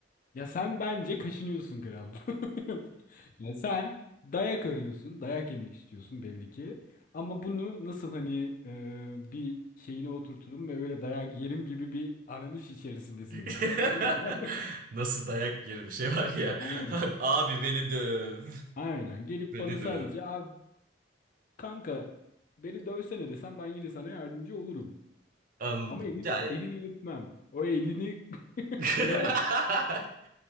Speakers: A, on the left; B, on the right.
A: Ya sen bence kaşınıyorsun kral. <laughs> Ya sen dayak arıyorsun, dayak yemek istiyorsun belli ki. Ama bunu nasıl hani e, bir şeyine oturturum ve öyle dayak yerim gibi bir aranış içerisindesin
B: <laughs>
A: diye düşünüyorum ben.
B: Nasıl dayak yeri bir şey var
A: <laughs>
B: ya.
A: Aynen.
B: <laughs> Abi beni döv.
A: Aynen. Gelip
B: Beni
A: bana sadece
B: döv.
A: abi kanka beni dövsene desem ben yine sana yardımcı olurum.
B: Anladım.
A: Ama elini
B: Yani
A: elini öpmem. O elini <laughs>
B: <laughs>
A: kırarım.